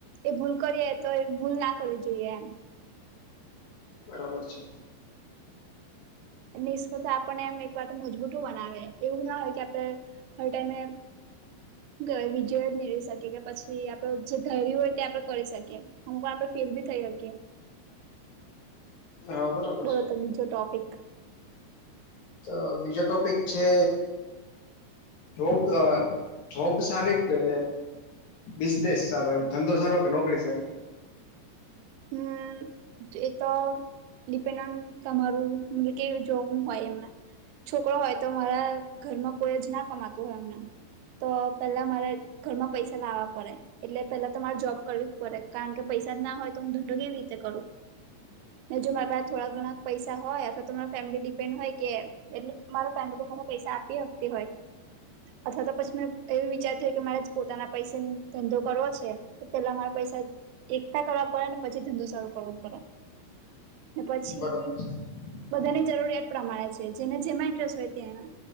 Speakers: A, on the right; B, on the left.
A: એ ભૂલ કરીએ તો, એ ભૂલ ના કરવી જોઈએ એમ.
B: બરાબર છે.
A: નિષ્ફળતા આપણને એમ એક વાર તો મજબૂત બનાવે એવું ના હોય કે આપડે હર ટાઈમે હ અ વિજય જ મેળવી શકે કે પછી આપડે જે ધાર્યું હોય તે આપડે કરી શકીએ. હમ કો આપડે ફીલ બી થાય અગ.
B: હા બરાબર.
A: બો
B: છે
A: તો બીજો ટોપિક
B: તો બીજો ટોપિક છે. જોબ અ જોબ સારી કે? બિઝનેસ સારો એમ ધંધો સારો કે નોકરી સારી? <inaudible>
A: હમ એ તો ડિપેન્ડ ઓ તમારું મતલબ કે જોવું હોય એમને. છોકરો હોય તો મારા ઘરમાં કોઈ જ ના કમાતું હોય એમને, તો પેલા મારે ઘરમાં પૈસા લાવવા પડે એટલે પેલા તમારે જોબ કરવી જ પડે કારણ કે પૈસા જ ના હોય. ધંધો કેવી રીતે કરવો, ને જો મારા પાસે થોડા ઘણા પૈસા હોય અથવા તો મારે ફેમિલી ડિપેન્ડ હોઈ કે એટલે મારા ફેમિલી મને પૈસા આપી શકતી હોય. અથવા તો પછી મેં એવુ વિચાર તી હોય કે મારે પોતાના પૈસા થી ધંધો કરવો છે. તો પેલા અમારે પૈસા એકઠા કરવા પડે ને પછી ધંધો સારો કરવો પડે. ને પછી,
B: બરાબર છે
A: બધાની
B: હમ
A: જરૂરિયાત પ્રમાણે છે જેને જેમાં ઇન્ટરેસ્ટ હોય ત્યાં.